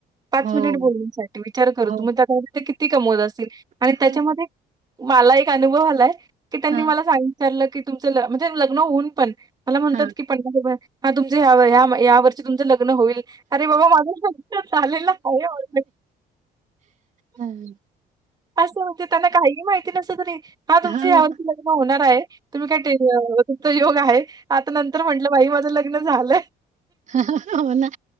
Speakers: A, on the right (about 25°); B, on the right (about 45°).
A: पाच
B: हो,
A: मिनिट बोलण्यासाठी विचार करू
B: हो.
A: तु मग त्या किती कमवत असेल आणि
B: हां,
A: त्याच्यामध्ये मला एक अनुभव आलाय की त्यांनी
B: हां,
A: मला सांगचारलं की तुमच म्हणजे लग्न होऊन पण. मला म्हणतात
B: हां.
A: की पन्नास हा तुमचं या वर्षी तुमचं लग्न होईल. अरे बाबा माझं लग्न झालेलं आहे. <inaudible>
B: हम्.
A: असं म्हणे त्यांना काहीही माहिती नसतं तरी हा तुमचं
B: हां.
A: यावर्षी लग्न होणार आहे तुम्ही काय. त योग आहे आता नंतर म्हंटलं बाई माझं लग्न झालं.
B: हो ना